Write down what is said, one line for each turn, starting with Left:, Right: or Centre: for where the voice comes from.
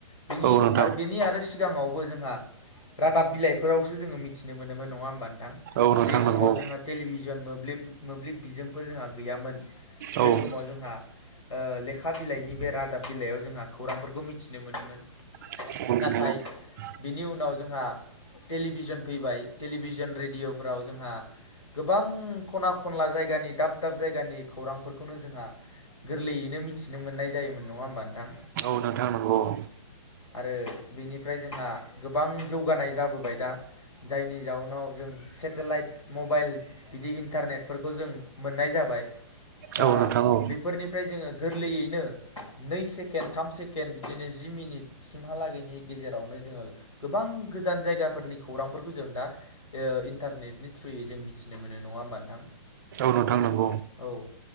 Left: बिनि
Right: औ नोंथां
Left: आरो बेनि आरो सि सिगांङावबो जोंहा रादाब बिलायफोरावसो जोङो मि थिनो मोनोमोन नङा होम्बा नोंथां
Right: औ नोंथां
Left: जे समाव
Right: नंगौ
Left: जोंहा टेलिभिजन मोब्लिब मोब्लिब बिजोंफोर जोंहा गैयामोन
Right: औ
Left: बे
Right: औ
Left: समाव जोंहा ओ लेखा बिलायनि बे रादाब बिलायाव जोंहा खौरांफोरखौ मिनथिनो मोनोमोन।
Right: <unintelligible>
Left: नाथाय बिनि उनाव जोंहा टेलिभिजोन फैबाय टेलिभिजोन रेडिअ' फोराव जोंहा गोबां खना खनला जायगानि दाब दाब जायगानि खौरांफोर खौनो जोंहा गोरलैयैनो मिथिनो मोननाय जायोमोन नङा होमबा नोंथां
Right: औ नोंथां नोंगौ औ।
Left: आरो बिनिफ्राय जोंहा गोबां जौगानाय जाबोबाय दा। जायनि जाहोनाव जों सेटेलायट मबायल बिदि इन्टारनेटफोरखौ जों मोननाय जाब बाय दा
Right: औ नोंथां औ
Left: बेफोरनिफ्राय जोङो गोरलैयैनो नै सेकेन्द थाम सेकेन्द बिदिनो जि मिनिट सिमहालागैनि गेजेरावनो जोङो गोबां गोजान जायगाफोरनि नि खौरांफोरखौ जों दा ओ इन्टारनेटनि थ्रुयै जों मिथिनो मोनो नङा होमबा नोंथां।
Right: औ नोंथां नोंगौ।
Left: औ